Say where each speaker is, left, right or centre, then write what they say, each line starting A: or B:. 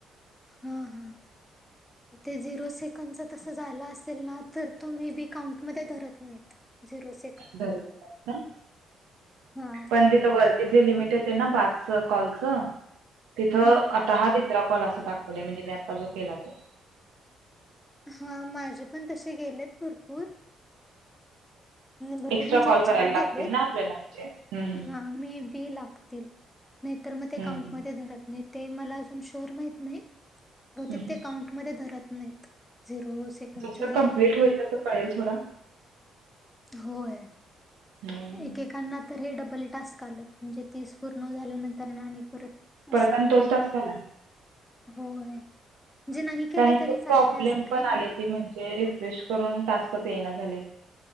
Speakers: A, on the left (about 15°); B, on the right (about 75°).
A: हम् हम् ते झिरो सेकंडचा तस झाला असेल ना तर तो मे बी काउंटमध्ये धरत नाहीत. झिरोच,
B: बर पण,
A: हा
B: पण तिथं व्हरति. ते जे लिमिट ते ना पाच कॉलचं तिथं
A: हा.
B: आता हा तिसरा कॉल असा दाखत व्हलय हणजे मी आता जो केला तो.
A: हा माझे पण तसे गेलेत भरपूर. भरपूर
B: एक्स्ट्रा
A: म्हणजे
B: कॉल
A: एक चार
B: करायला लागतील
A: गेलेत
B: ना आपल्याला म्हणजे हम्म, हम्म,
A: हा मी ते लागतील, नाही तर मग ते काउन्ट
B: हम्म,
A: मध्ये धरत नाही ते मला आजुन शी कर माहीत नाय. बहुतेक
B: हम्म, हम्म.
A: ते काउंडत मध्ये धरत नाहीत, सेकंडचे
B: जसं
A: झालेले.
B: कंप्लीट होईल तसं कळेल थोडा.
A: होय
B: हम्म.
A: एकेकांना तरी हे डबल टास्क आलं म्हणजे तेच पूर्ण झाल्यानंतर ना. आणि परत
B: परत
A: असं.
B: आणि तोच त्वस्क असला
A: होय म्हजे जे नाही केलं
B: काहींचे
A: तरी चालत
B: प्रॉब्लेम
A: असं काय
B: पण
A: नाही.
B: आले म्हणजे ते रिफ्रेश करून टास्कच कच येईना झालेत.